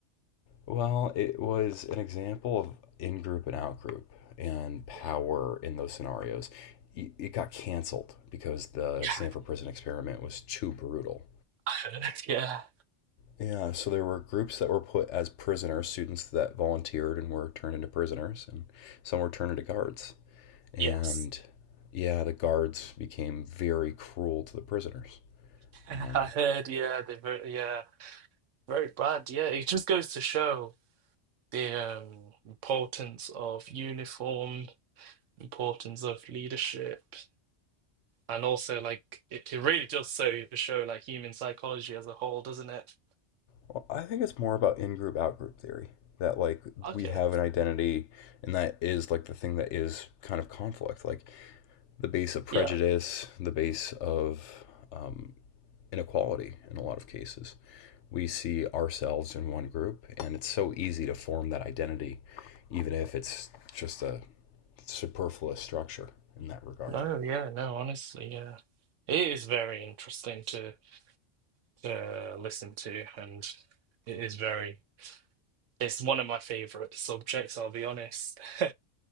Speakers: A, on the left; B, on the right.
A: Well, it was an example of in group and out group and power
B: Yeah.
A: in those scenarios. It it got canceled because the
B: <laughs> yeah,
A: Stanford prison experiment was too brutal.
B: I heard, yeah,
A: Yeah, so there were groups that were put as prisoners, students that volunteered and were turned into prisoners, and some were turned into guards. And
B: yes.
A: yeah, the guards became very cruel to the prisoners.
B: <laughs> I
A: Um,
B: heard, yeah, they very, yeah, very bad. Yeah, it just goes to show the um, importance of uniform, importance of leadership, and also like it, it really does so show like human psychology as a whole, doesn't it?
A: Well, I think it's more about in-group, out-group theory. That like
B: Okay.
A: we have an identity, and that is like the thing that is kind of conflict, like the base of prejudice,
B: Yeah.
A: the base of um, inequality. In a lot of cases, we see ourselves in one group, and it's so easy to form that identity, even if it's just a superfluous structure in that regard.
B: No. Yeah. No. Honestly. Yeah. It is very interesting to to listen to, and it is very. It's one of my favorite subjects, I'll be honest. <laughs>